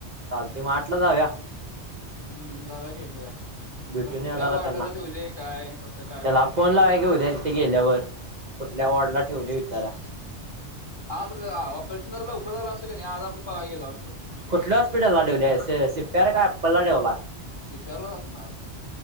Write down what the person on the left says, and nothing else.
हम्म, जागा की होय
पर कुठल्या
वॉर्डाला
ठेवले, काय कसं काय?
आज ऑपेरेशन जरा लवकर झालं असतं कि नय आज आपण पळा गेलो असतो.
सी पी आर लाच असणार.